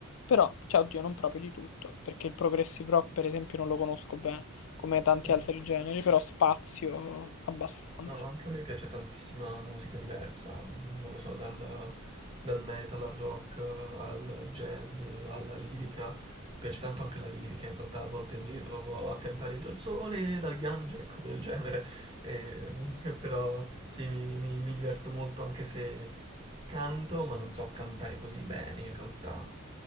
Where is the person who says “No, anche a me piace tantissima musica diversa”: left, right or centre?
Right